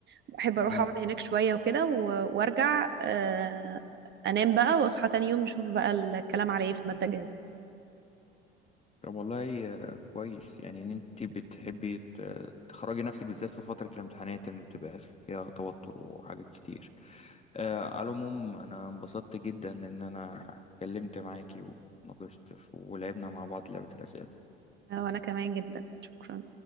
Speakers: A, on the right; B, on the left.
A: بحب أروح
B: م.
A: أقعد هناك شوية وكده و- وأرجع آه أنام بقى وأصحى تاني يوم نشوف بقى الكلام على إيه في المادة الجاية
B: طب والله آه، كويس يعني ان انتي بتحبي ت- تخرجي نفسك بالذات في فترة الامتحانات ان بتبقى فيها توتر وحاجات كتير آه، على العموم انا انبسطت جدا ان انا اتكلمت معاكي وناقشت ولعبنا مع بعض لعبة الأسئلة
A: آه، وانا كمان جدا شكرا